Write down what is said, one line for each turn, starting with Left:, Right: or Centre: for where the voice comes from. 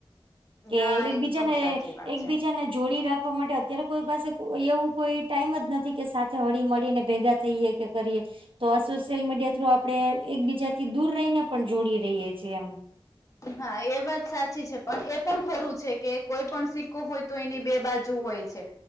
Right: કે
Left: હા
Right: એકબીજાને
Left: એકદમ સાચી વાત
Right: એકબીજાને
Left: છે
Right: જોડી રાખવા માટે ત્યારે કોઈ પાસે એવું કોઈ ટાઈમ જ નથી કે સાથે હળી મળીને ભેગા થઈએ કે કરીએ તો આ સોશિયલ મીડિયા થ્રુ આપણે એકબીજાથી દૂર રહીને પણ જોડી રહીએ છીએ એમ
Left: હા એ વાત સાચી છે પણ એ પણ ખરું છે કે કોઈ પણ સિક્કો હોય તો એની બે બાજુ હોય છે